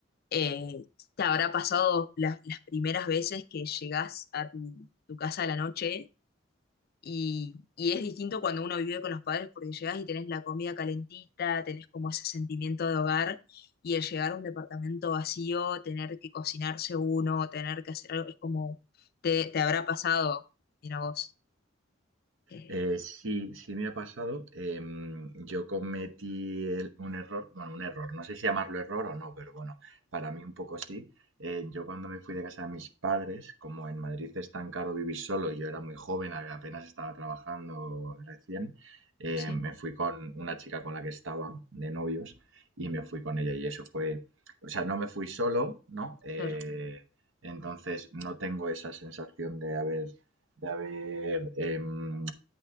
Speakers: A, on the left; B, on the right.
A: Eh, ¿te habrá pasado las, las primeras veces que llegás a tu, tu casa a la noche? Y, y es distinto cuando uno vive con los padres porque llegás y tenés la comida calentita, tenés como ese sentimiento de hogar y el llegar a un departamento vacío, tener que cocinarse uno, tener que hacer algo, es como, te, te habrá pasado, mira vos. Eh,
B: Eh, sí, sí me ha pasado. Em, yo cometí el- un error, bueno, un error, no sé si llamarlo error o no, pero bueno, para mí un poco sí. Eh, yo cuando me fui de casa de mis padres, como en Madrid es tan caro vivir solo y yo era muy joven, a- apenas estaba trabajando recién, eh,
A: sí,
B: me fui con una chica con la que estaba de novios y me fui con ella y eso fue, o sea, no me fui solo, ¿no? Eh,
A: claro.
B: entonces no tengo esa sensación de haber de haber em,